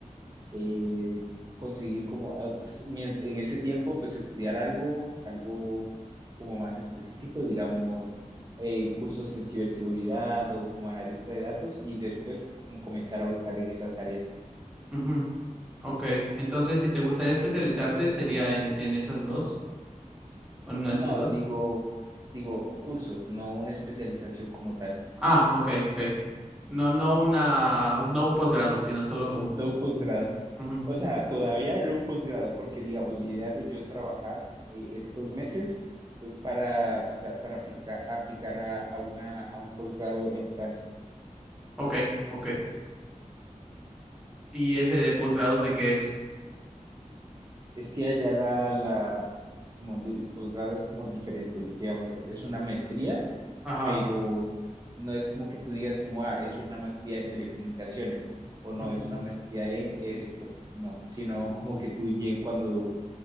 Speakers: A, on the right; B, in the centre.
A: eh, conseguir como, ah, pues, mien- en ese tiempo, pues estudiar algo, algo pues, como más específico, digamos, eh, cursos en ciberseguridad o como analista de datos y después como comenzar a buscar en esas áreas.
B: Ujú, Ok, entonces si te gustaría especializarte sería en, en esas dos, o en una
A: No,
B: de esas dos.
A: digo, digo cursos, no una especialización como tal,
B: Ah, ok, ok. No, no una, un- no un posgrado, sino solo como
A: no un posgrado.
B: Ujú.
A: O sea, todavía era un posgrado, porque digamos, la idea de yo trabajar eh, estos meses es para, o sea, para aplica- aplicar a, a una, a un posgrado en Francia.
B: Ok, ok. ¿Y ese de posgrado de qué es?
A: Es que allá la, la, como el, el posgrado es como diferente, digamos, es una maestría,
B: Ajá.
A: pero no es como que tú digas como, ah, es una maestría en telecomunicaciones, o no,
B: ujú.
A: es una maestría en esto, no, sino como que tú llegues cuando